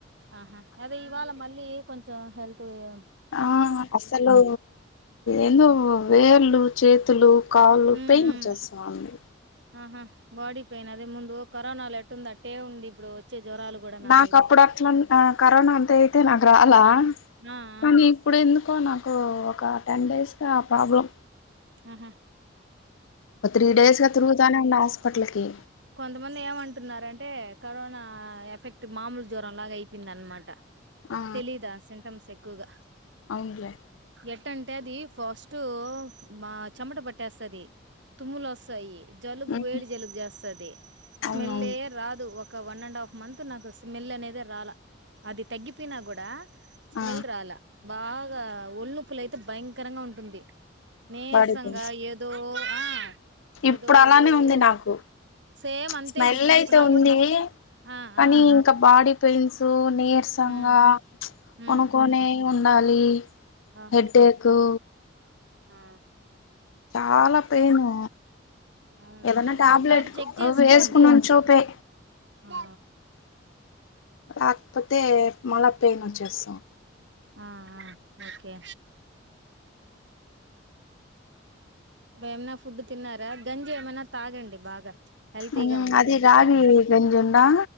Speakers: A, on the right; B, on the left.
A: ఆహా అదే ఇవాళ మళ్ళీ కొంచెం హెల్త్ ఏం
B: ఆ అసలు ఎందో వేళ్ళు చేతులు కాల్లు
A: ఉమ్
B: పెయిన్
A: ఉమ్
B: వచ్చేస్తా ఉంది
A: ఆహా బాడి పేయిన్ అదే ముందు కరోనాలో ఎట్టుంది అట్టే ఉంది ఇప్పుడు జ్వరాలు కూడా నాకైతే
B: నాకు అప్పుడు అట్లంతా కరోనా అంత అయితే నాకు రాలా
A: ఆ ఆ
B: కానీ ఇప్పుడు ఎందుకు ఎందుకో నాకు ఒక టెన్ డేస్ గా ప్రాబ్లం
A: ఊ హు
B: ఒక త్రీ డేస్గా తిరుగుతానే ఉన్న హాస్పిటల్ ఉ
A: కొంతమంది ఏమంటున్నారంటే కరోనా ఎఫెక్ట్ అంటే మామూలు జ్వరంలాగా అయిపోయింది అనమాట
B: ఆ
A: తెలీదా సింటమ్స్ ఎక్కువగా
B: అవునులే
A: ఎట్ ఎట్ట అంటే అది ఫస్ట్ మా చెమట పట్టేస్తది తుమ్లు వస్తాయి జలుబు
B: ఉమ్
A: వేడ్ జలుబు జాస్ స్మెల్
B: అవునవును
A: లే రాదు ఒక వన్ అండ్ హాఫ్ మంత్ నాకు అస్ స్మెల్ అనేదే రాల అది తగ్గిపోయినా కూడా స్మెల్
B: ఆ
A: రాలా బాగా ఒల్లిొప్పులు అయితే భయంకరంగా ఉంటుంది నీరసంగా
B: బాడీ పెయిన్స్
A: ఏదో కో ఆ ఏదో
B: ఇప్పుడు అలానే
A: ఎక్కడో
B: ఉంది నాకు
A: సేమ్ అంతే
B: స్మెల్
A: ఉంటుంది
B: అయితే
A: ఇప్పుడు నాకు
B: ఉంది
A: వచ్చి ఆ
B: కానీ
A: ఆ
B: ఇంకా బాడీ పెయిన్స్ తోన్ నీర్సంగా
A: హ్మ్ హ్మ్
B: కొనుకునే
A: హ్మ్
B: ఉ నాలీ
A: ఆహా
B: హెడేకూ
A: ఆ
B: చాలా పెయిను
A: అవునా
B: ఏదన్నా
A: ఒకోసారి
B: టాబ్లెట్
A: చెక్ చేసుకోండి
B: వేసుకున్నా చూపే
A: ఆ
B: ఆకపోతే మళా పెయిన్ వచ్చేస్తాం
A: ఆ ఆ ఓకే ఏమనా ఫుడ్ తిన్నారా గంజి ఏమైనా తాగండి బాగా హెల్తీగా
B: ఉమ్
A: ఉండే
B: అదిే
A: గంజి
B: రాగి
A: తాగండి
B: గంజి ఉందా